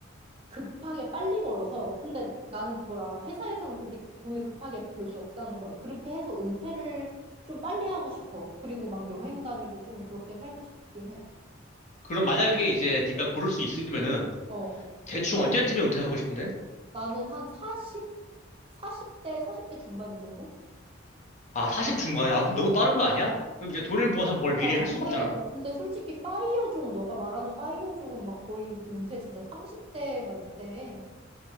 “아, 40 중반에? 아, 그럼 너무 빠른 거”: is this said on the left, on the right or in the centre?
Left